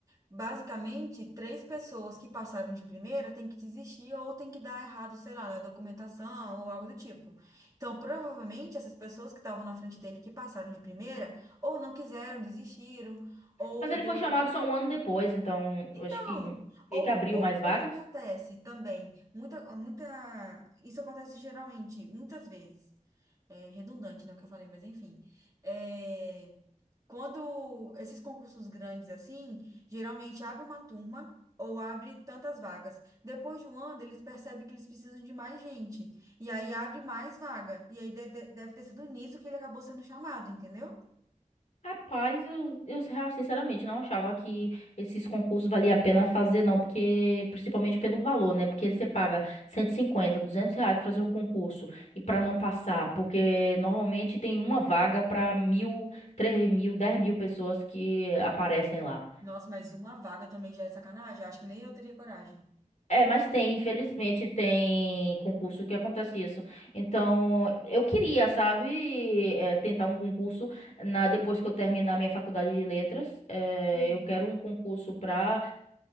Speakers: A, on the right (about 25°); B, on the left (about 60°).
A: Basicamente, três pessoas que passaram de primeira têm que desistir ou têm que dar errado, sei lá, na documentação ou algo do tipo. Então, provavelmente, essas pessoas que estavam na frente dele que passaram de primeira ou não quiseram, desistiram, ou
B: Mas ele
A: deu
B: foi chamado só um ano depois, então
A: então,
B: eu acho que meio
A: ou,
B: que abriu
A: ou,
B: mais
A: ou
B: vagas.
A: o que acontece também, muita, muita, isso acontece geralmente, muitas vezes, é redundante, né, o que eu falei, mas enfim, É, quando esses concursos grandes assim, geralmente abre uma turma ou abre tantas vagas, depois de um ano eles percebem que eles precisam de mais gente, e aí abre mais vaga, e aí de- de- deve ter sido nisso que ele acabou sendo chamado, entendeu?
B: Rapaz, eu, eu sinceramente não achava que esses concursos valia a pena fazer, não, porque principalmente pelo valor, né? Porque você paga 150 200 reais pra fazer um concurso e pra não passar, porque
A: Uhum.
B: normalmente tem uma vaga pra mil, três mil, dez mil pessoas que aparecem lá.
A: Nossa, mas uma vaga também já é sacanagem, acho que nem eu teria coragem.
B: É, mas tem, infelizmente, tem concurso que acontece isso. Então, eu queria, sabe, é, tentar um concurso na depois que eu terminar minha faculdade de letras. É,
A: Uhum,
B: eu quero um concurso para